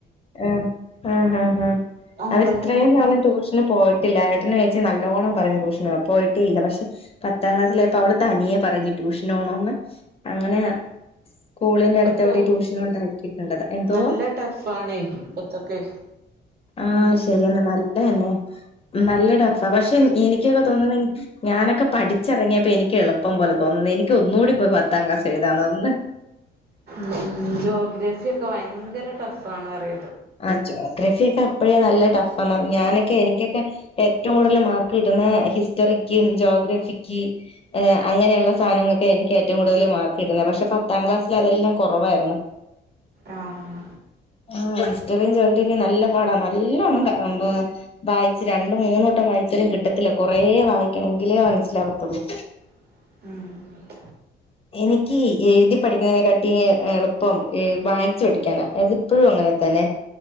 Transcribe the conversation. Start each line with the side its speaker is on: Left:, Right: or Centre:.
Left: ആ ആ ആഹ് ആഹ ആഹ്
Right: ഒമ്പതിന്
Left: അവരിത്രയും നാൾ ട്യൂഷന് പോയി ട്ടില്ല ട്ടനോയ്‌ച്ച് നല്ലോണം പറയാ ട്യൂഷന്പോവ പോയിട്ടല്ല പക്ഷെ പത്താം ക്ലാസ്സിലയാപ്പോ അവൾ തനിയെ പറഞ്ഞിട്ട് ട്യൂഷനോണന്ന് അങ്ങനെ സ്കൂളിന്റെടുത്ത്
Right: ഇപ്പൊ
Left: എവിടെ ട്യൂഷൻണ്ടാക്കിട്ടുണ്ടത് എന്തോ?
Right: നല്ല ടഫാണേ ഇപ്പത്തൊക്കെ
Left: ആ
Right: ഉം
Left: ശരിയെന്ന നല്ലന്നെ. നല്ല ടഫ പക്ഷെ എനിക്കൊക്കെ തോന്നുന്ന ഞാനൊക്കെ പഠിച്ചറങ്ങിയപ്പോ എനിക്ക് എളുപ്പം പോലെ തോന്നുന്ന. എനിക്കൊന്നുകൂടിപ്പോയി പത്താം ക്ലാസ്സെഴുതാൻ തോന്ന്ന്ന്.
Right: മ് ജോഗ്രഫിക്കെ ഭയങ്കര ടഫ് ആണറി
Left: അ ചോ ഗ്രഫിക്കെ അപ്പോഴേ നല്ല ടഫ് ആണ് ഞാനൊക്കെ എനിക്കൊക്കെ ഏറ്റവും കൂടുതൽ മാർക്ക് കിട്ടുന്നേ ഹിസ്റ്ററി ക്കും ജോഗ്രഫിക്ക് ഏ് അങ്ങനെയുള്ള സാധനങ്ങക്കെ എനിക്ക് ഏറ്റവും കൂടുതൽ മാർക്ക് കിട്ടുന്നെ പക്ഷെ, പത്താം ക്ലാസ്സിലതെല്ലാം കുറവായിരുന്നു.
Right: ആഹ്
Left: <inaudible> ആ ഹിസ്റ്ററിം, ജോഗ്രഫിം നല്ല പാടാ. നല്ലോണം വായിച്ച് രണ്ടും മൂന്നുവട്ടം വായി ചാലും കിട്ടത്തില്ല. കൊറേ വായിക്കണം എങ്കിലേ മനസ്സിലാവത്തൊള്ളൂ.
Right: മ്.
Left: എനിക്ക് എഴുതി പഠിക്കുന്നതിനെക്കാട്ടി എളുപ്പം ഏ വായിച്ച് പഠിക്കാന അയത് പ്പഴും അങ്ങനെ തന്നെ